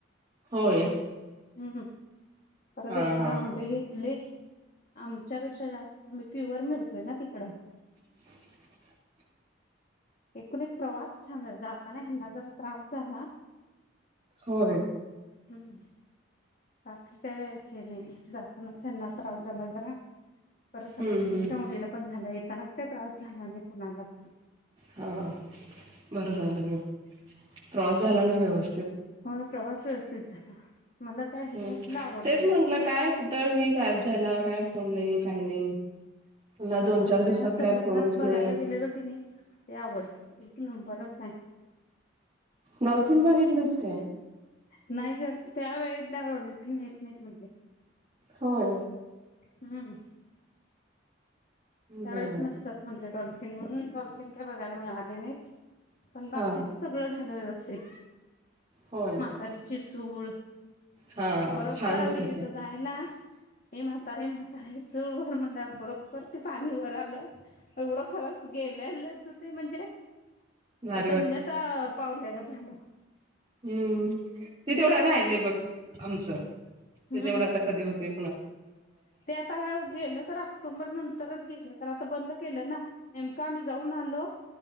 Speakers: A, on the right (about 30°); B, on the left (about 45°).
A: होय
B: हम्म हम्म. परत
A: हा
B: येताना
A: हा
B: आंबे घेतले, आमच्यापेक्षा जास्त आंबे प्युअर मिळतोय ना तिकडं?
A: <unintelligible>
B: एकूण एक प्रवास छान झाला जाताना ह्यानां जरा,. त्रास झाला,
A: होय.
B: हम्म बाकी काय हे नाही. जातानाच ह्यानां त्रास झाला जरा, परत
A: हम्म
B: मैत्रिणीनंच्या
A: हम्म
B: मुलीला पण झालायच त्यानं काय त्रास झाला नाही कोणालाच,
A: हा. बरं झालं मगं प्रवास झाला ना व्यवस्थित,?
B: अ प्रवास व्यवस्थित झाला मला त्या ह्याच्यातलं
A: ह
B: आवडलं
A: तेच
B: बघ
A: म्हंटलं काय कुठ ही गायब झाला काय ऑनलाइन काही नाही, पुन्हा
B: आणि
A: दोन
B: मला
A: चार दिवसात
B: त्या समुद्रात
A: काय फोनच
B: बघायला
A: नाही.
B: गेलेलो की नाही ते आवडलं एक नंबरच हाय.
A: डॉल्फिन बघितलंस काय?
B: नाही ग त्या वेळेत डल्फीन येत नाहीत म्हटले.
A: होय.
B: हूं त्यावेेळेत
A: बर
B: नसत्यात म्हणले डॉलफिन म्हणून डॉलफिन काय बघायला मिळाले नाहीत. पण बाकीच
A: हा
B: सगळं झालं व्यवस्थित
A: होय
B: म्हातारीची चूळ
A: हा
B: बरोबर
A: छान
B: आम्ही
A: आहे ते
B: तिथं
A: पण
B: जायला ये म्हातारे म्हातारे चूळ भर म्हणल्यावर बरोबर ते पाणी वर आलं एवढं खरंच गेलेल्याच ते म्हणजे
A: भारी
B: धन्यता पावल्या गंत झाल.
A: हूं ते तेवढं राहिलय बघ आमचं
B: हम्म
A: ते तेवढं आता कधी होतय.
B: ते आता गेलं तर ऑक्टोबर नं नंतरच गेलं तर आता बंद केलं ना? नेमक आम्ही जाऊन आलो